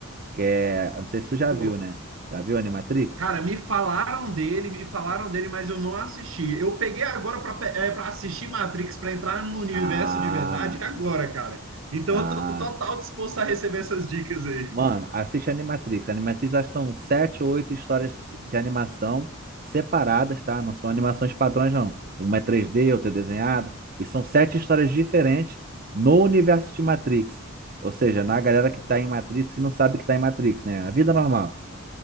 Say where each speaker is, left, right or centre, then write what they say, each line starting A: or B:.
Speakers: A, on the right; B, on the right.
A: que é, eu não sei se tu já
B: Pô,
A: viu, né? Já viu Animatrix?
B: cara, me falaram dele, me falaram dele, mas eu não assisti. Eu peguei agora para é, assistir Matrix, para entrar no universo
A: Ah,
B: de verdade agora, cara. Então
A: ah.
B: eu tô total disposto a receber essas dicas aí.
A: Mano, assiste Animatrix. Animatrix acho que são sete ou oito histórias de animação separadas, tá? Não são animações padrões, não. Uma é 3D, outra é desenhada. E são sete histórias diferentes no universo de Matrix. Ou seja, na galera que tá em Matrix e não sabe que tá em Matrix, né? A vida normal.